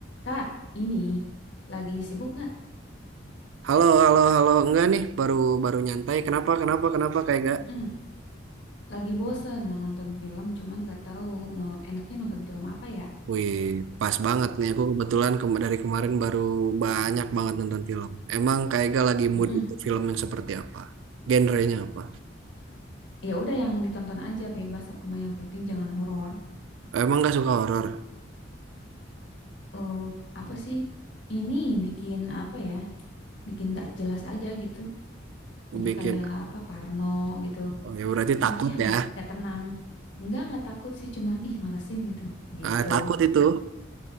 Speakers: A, on the left; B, on the right.
A: Kak, ini lagi sibuk nggak?
B: Halo, halo, halo. Enggak nih, baru baru nyantai. Kenapa, kenapa, kenapa kayak gak?
A: Mm-mm. Lagi bosen mau nonton film, cuman nggak tahu mau enaknya nonton film apa ya.
B: Wih, pas banget nih. Aku kebetulan kema- dari kemarin baru banyak banget nonton film. Emang kayak gak lagi mood
A: Mm-mm.
B: untuk film yang seperti apa? Genrenya apa?
A: Ya udah yang ditonton aja bebas. Aku mah yang penting jangan horor.
B: Emang gak suka horor?
A: Eh apa sih? Ini bikin apa ya? Bikin nggak jelas aja gitu.
B: Bikin.
A: Jadi kayak apa Parno gitu.
B: Oh ya berarti
A: Apa
B: takut
A: ya nggak
B: ya.
A: nggak tenang. Enggak, nggak takut sih, cuman ih malesin gitu. Gitu.
B: Ah, takut itu.